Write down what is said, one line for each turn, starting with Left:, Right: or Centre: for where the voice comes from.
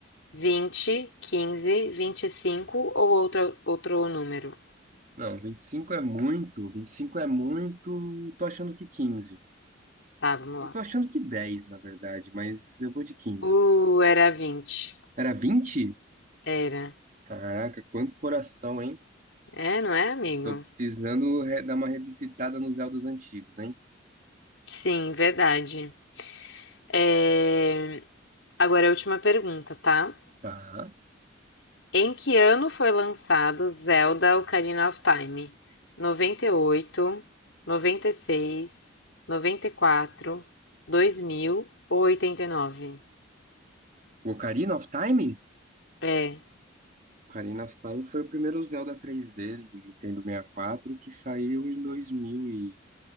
Left: vinte, quinze, vinte e cinco ou outro, outro número.
Right: Não, 25 é muito. 25 é muito. Tô achando que 15.
Left: Tá, vamos
Right: Eu
Left: lá.
Right: tô achando que 10, na verdade, mas eu vou de 15.
Left: Uh, era vinte
Right: Era 20?
Left: Era.
Right: Caraca, quanto coração, hein?
Left: É, não é, amigo?
Right: Tô precisando re- dar uma revisitada nos Zeldas antigos, hein?
Left: Sim, verdade. É, Agora é a última pergunta, tá?
Right: Tá.
Left: Em que ano foi lançado Zelda Ocarina of Time? 98, 96, 94, 2000 ou 89?
Right: O Ocarina of Time?
Left: É,
Right: Ocarina of Time foi o primeiro Zelda 3D do Nintendo 64 que saiu em 2000 e,